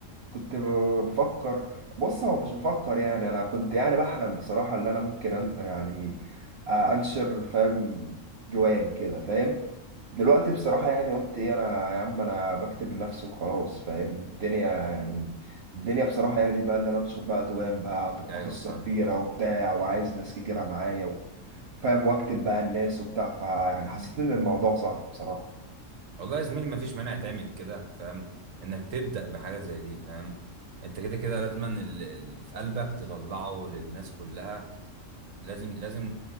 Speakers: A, on the right; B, on the right.
A: كنت ب- بفكر بص هو مش بفكر يعني انا كنت يعني بحلم بصراحة ان انا ممكن أن... يعني آه، انشر فاهم ديوان كده فاهم دلوقتي بصراحة يعني قلت ايه انا يا عم انا بكتب لنفسي وخلاص فاهم الدنيا يعني الدنيا بصراحة يعني بقى اللي انا انشر بقى ديوان بقى هتبقى
B: ايوه
A: قصة
B: فاهمك
A: كبيرة
B: فاهم
A: وبتاع وعايز
B: امم
A: ناس كتيرة معايا و... فاهم واكتب بقى الناس وبتاع فيعني
B: امم.
A: حسيت ان الموضوع صعب بصراحة
B: والله يا زميلي مفيش مانع تعمل كده فاهم انك تبدأ بحاجة زي دي فاهم انت كده كده لازما ال- ال- في قلبك تطلعه للناس كلها لازم لازم